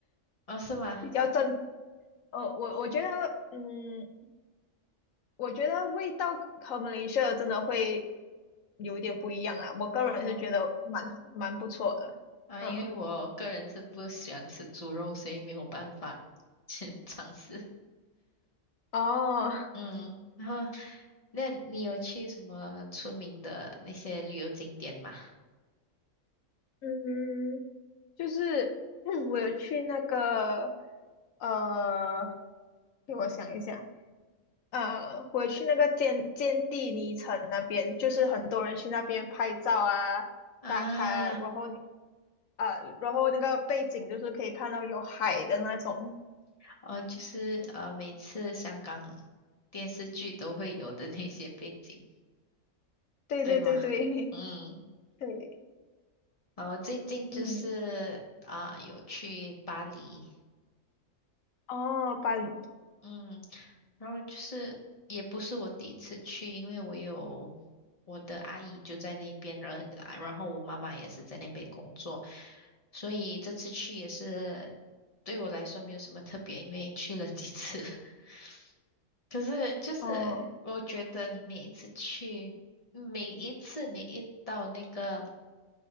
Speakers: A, on the left; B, on the left.
A: 哦，是吗？
B: <laughs> 比较正。呃，我我觉得，
A: 啊
B: 嗯，我觉得味道和马来西亚真的会有一点不一样啦。我个人是觉得蛮好蛮不错的。
A: 哦，啊，
B: 嗯，
A: 因为我个人是不喜欢吃猪肉，所以没有办法去 <laughs> 尝试。
B: 哦，
A: 嗯，然后那你有去什么出名的那些旅游景点吗？
B: <laughs> 嗯，就是 <clears throat> 我有去那个呃，给我想一下，呃，我有去那个坚坚地尼城那边，就是很多人去那边拍照啊、
A: 啊，
B: 打卡啊，然后你呃，然后那个背景就是可以看到有海的那种。<laughs>
A: 哦，就是呃，每次香港电视剧都会有的那些背景，
B: 对对对对
A: 对吗？嗯，
B: <laughs> 对，
A: 哦，我最近就是啊，
B: 嗯。
A: 有去巴黎，
B: 哦，巴黎，
A: 嗯，然后就是也不是我第一次去，因为我有。我的阿姨就在那边，然然后我妈妈也是在那边工作，所以这次去也是对我来说没有什么特别，因为去了几次。<laughs> 可是就是我觉得你每一次去，
B: 哦，
A: 每一次你一到那个